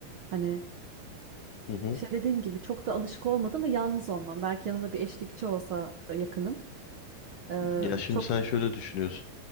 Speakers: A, on the right; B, on the left.
A: hani
B: Hı hı.
A: işte dediğim gibi çok da alışık olmadım ve yalnız olmam. Belki yanımda bir eşlikçi olsa e, yakınım. Ee,
B: Ya şimdi
A: çok
B: sen
A: e,
B: şöyle düşünüyorsun.